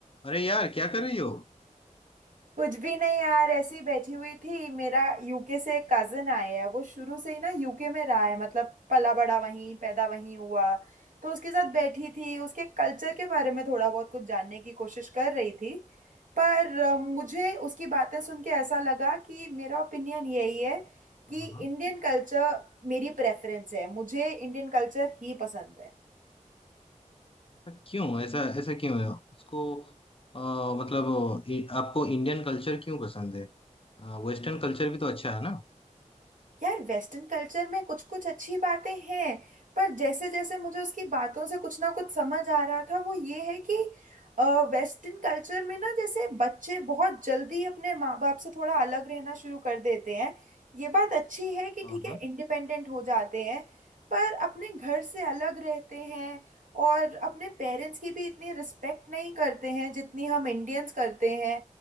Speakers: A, on the left (about 45°); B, on the right (about 75°).
A: अरे यार क्या कर रही हो
B: कुछ भी नहीं यार ऐसे ही बैठी हुई थी मेरा यूके से एक कजन आए है वो शुरू से ही ना यूके में रहा है मतलब पला बड़ा वहीं पैदा वहीं हुआ तो उसके साथ बैठी थी उसके कल्चर के बारे में थोड़ा बहुत कुछ जानने की कोशिश कर रही थी पर अ, मुझे उसकी बातें सुन के ऐसा लगा कि मेरा ओपिनियन यही है कि
A: हाँ
B: इंडियन
A: हाँ।
B: कल्चर मेरी प्रेफरेंस है मुझे इंडियन कल्चर ही पसंद है
A: ऐसा क्यों ऐसा ऐसा क्यों है उसको अ, मतलब इ, आपको इंडियन कल्चर क्यों पसंद है वेस्टर्न कल्चर भी तो अच्छा है ना
B: यार वेस्टर्न कल्चर में कुछ कुछ अच्छी बातें हैं पर जैसे जैसे मुझे उसकी बातों से कुछ ना कुछ समझ आ रहा था वो ये है कि वेस्टर्न कल्चर में ना जैसे बच्चे बहुत जल्दी अपने माँ बाप से थोड़ा अलग रहना शुरू कर देते हैं ये बात अच्छी है कि
A: हाँ
B: ठीक है
A: हाँ
B: इंडिपेंडेंट हो जाते हैं पर अपने घर से अलग रहते हैं और अपने पेरेंट्स की भी इतनी रिस्पेक्ट नहीं करते हैं जितनी हम इंडियंस करते हैं